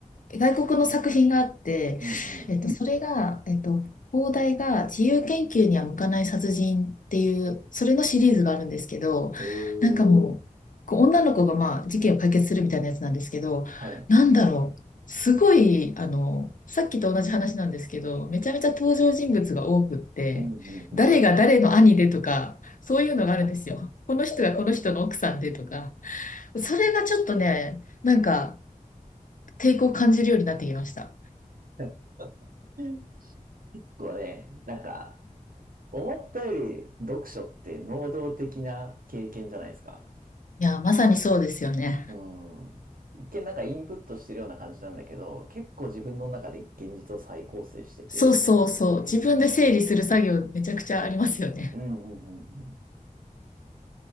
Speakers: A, on the left; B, on the right.
A: 外国の作品があって、
B: うんうん。
A: えっと、それが、えっと、放題が自由研究には向かない殺人っていう、それのシリーズがあるんですけど、
B: へえ。
A: なんかもう、こう女の子がまあ事件を解決するみたいなやつなんですけど、
B: はい。
A: なんだろう、すごい、あの、さっきと同じ話なんですけど、めちゃめちゃ登場人物が多くって、
B: うんうん
A: 誰が誰の兄でとか、そういうのがあるんですよ。この人がこの人の奥さんでとか、それがちょっとね、なんか抵抗を感じるようになってきました。
B: うん。<laughs> これね、なんか、思ったより読書って能動的な経験じゃないですか。
A: いや、まさにそうですよね。
B: うん。一見なんかインプットしてるような感じなんだけど、結構自分の中で現実を再構成してて、
A: そうそうそう。
B: うん。
A: 自分で整理する作業めちゃくちゃありますよね。
B: うんうんうんうん